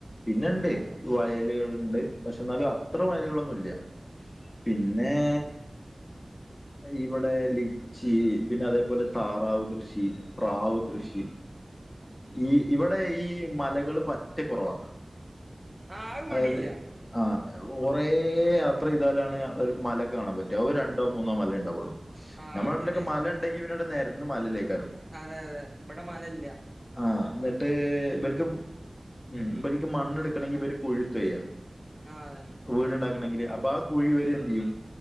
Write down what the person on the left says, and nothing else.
പിന്നെണ്ട്
വയലുകളുണ്ട് പക്ഷെ എന്നാലും അത്ര വയലുകളൊന്നുംല്ല പിന്നേ ഇവിടെ ലിച്ചി പിന്നെ അതേപോലെ താറാവ് കൃഷി പ്രാവ് കൃഷി ഈ ഇവിടെ ഈ മലകള് പറ്റെ കൊറവാ.
അതാത് ആ ഒറേ യാത്രെയ്താലാണ് ഒര് മലൊക്കെ കാണാൻ പറ്റ് ഓ രണ്ടോ
മൂന്നോ മലേണ്ടാവോള്ളൂ
ഞമ്മളാട്ടിലൊക്കെ
മലെണ്ടെങ്കി പിന്നെടെ നെരന്ന് മലല്ലേക്കാരം.
ആ ന്നട്ട്... ഇബർക്ക്ഉം ഇബ ൽക്ക് മണ്ണെട്ക്കണെങ്കീ ഇബര് കുഴുത്താ യ്യാ.
വീട്ണ്ടാക്കണെങ്കില് അപ്പോ ആ കുഴിവരെന്തിയ്യും